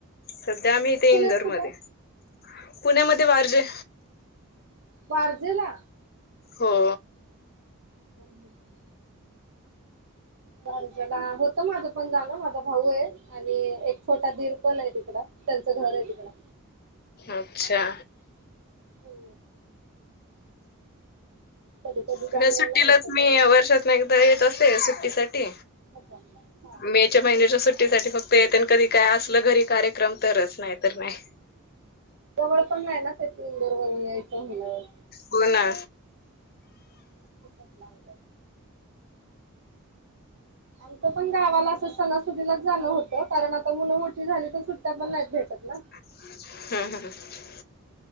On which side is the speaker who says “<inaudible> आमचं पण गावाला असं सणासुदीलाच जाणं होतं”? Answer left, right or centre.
Right